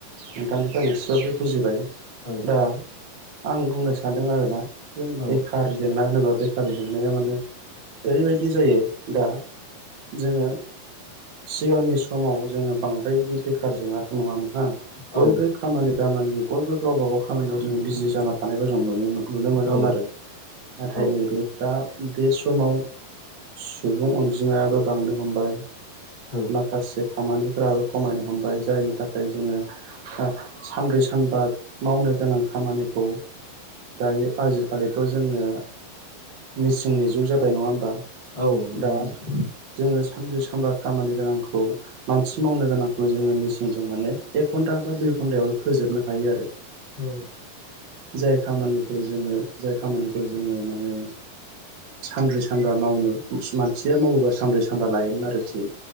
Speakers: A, on the right; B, on the left.
A: नोंथांनिखो आं एसेबाबो बुजिबाय
B: औ
A: दा आं बुंनो सानदों आरोना जों
B: औ
A: बेखार जेंना होनोब्ला बेखार जेंनाया माने ओरैबायदि जायो दा जोङो सिगांनि समाव जोङो बां बायदि बेखार जेंनाखौ नुवामोनहा बयबो
B: औ
A: खामानि दामानि बयबो गावबा गाव खामानियाव जों बिजि जाना थानायखौ जों नुयोमोन नुनो मोनोमोन
B: औ
A: आरो नाथाय
B: औ
A: नैबे दा बे समाव सुबुं अनजिमायाबो बांनो हमबाय
B: औ
A: माखासे खामानिफोराबो खमायनो हमबाय जायनि थाखाय जोङो हा सानब्रै सानबा मावनो गोनां खामानिखौ दायो आजिखालिथ' जोङो मिसिंनि जुग जाबाय नङा होमबा
B: औ नंगौ
A: दा
B: नोंथां
A: जोङो सानब्रै सानबा खामानि गोनांखौ मानसि मावनो गोनांखौ जोङो मिसिनजों माने एक घन्टा बा दुइ घन्टायावनो फोजोबनो हायो आरो
B: औ
A: जाय खामानिखौ जोङो जाय खामानिखौ जोङो माने सानब्रै सानबा मावनो उस मानसिया मावोबा सानब्रै सानबा लायोमोन आरोखि